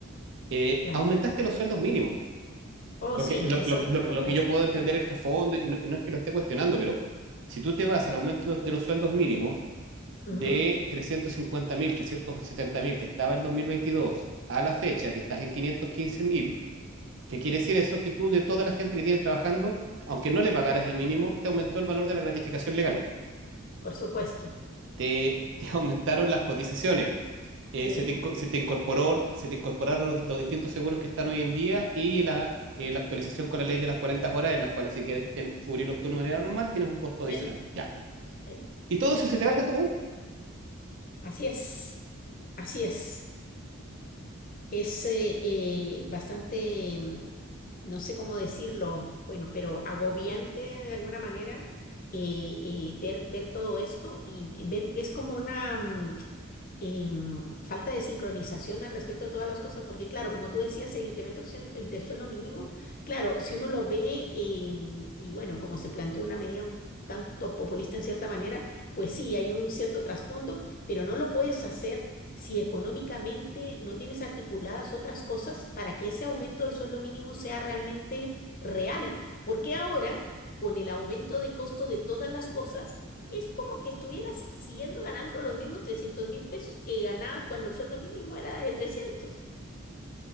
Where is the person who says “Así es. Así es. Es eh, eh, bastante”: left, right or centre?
Left